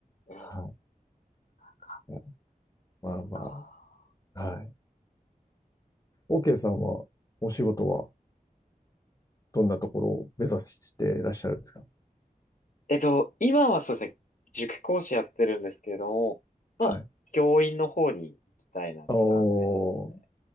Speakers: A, on the left (about 60°); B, on the left (about 25°).
A: ええ、
B: は
A: なかなか。
B: い。まあま
A: か
B: あ、はい。OK さんは、お仕事はどんなところを目指していらっしゃるんですか
A: えっと、今はそうですね、塾講師やってるんですけれども、まあ、
B: はい。
A: 教員の方に行きたいなと考えてますね。
B: おー、